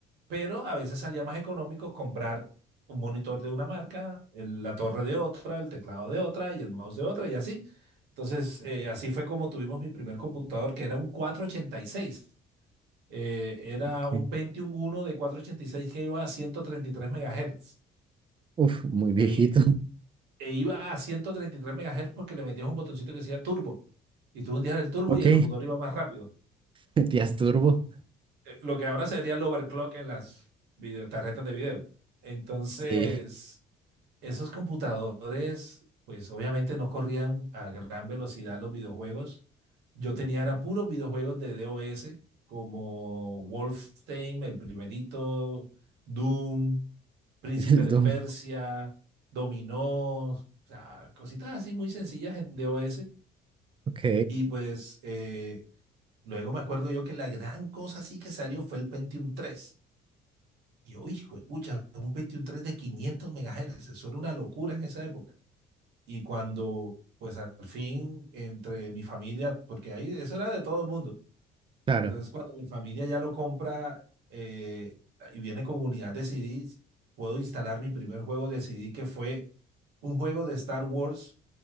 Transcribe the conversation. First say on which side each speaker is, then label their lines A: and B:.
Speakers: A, on the right (about 85°); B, on the right (about 30°).
A: Pero a veces salía más económico comprar un monitor de una marca, el- la torre de otra, el teclado de otra y el mouse de otra y así. Entonces, eh, así fue como tuvimos mi primer computador que era un 486 eh, era
B: Ok.
A: un Pentium uno de cuatrocientos ochenta y seis que iba a 133 MHz.
B: Uf, muy viejito.
A: E, i- e iba a 133 megahertz porque le metías un botoncito que decía turbo. Y tú hundías el turbo
B: Ok,
A: y el computador iba más rápido.
B: <laughs> Tías Turbo.
A: Eh, lo que ahora sería el overclock en las video- tarjetas de video. Entonces,
B: Sí,
A: esos computadores, pues obviamente no corrían a gran velocidad los videojuegos. Yo tenía era puros videojuegos de DOS, como Wolfenstein, el primerito, Doom, Príncipe
B: el
A: de
B: Doom.
A: Persia, Dominó, o sea, cositas así muy sencillas en DOS.
B: Ok,
A: Y pues eh, luego me acuerdo yo que la gran cosa sí que salió fue el Pentium tres. Y yo, hijo de pucha, un Pentium tres de quinientos MHz, eso era una locura en esa época. Y cuando, pues al fin, entre mi familia, porque ahí eso era de todo el mundo.
B: claro.
A: Entonces, cuando mi familia ya lo compra eh, y viene con unidad de CDs, puedo instalar mi primer juego de CD que fue un juego de Star Wars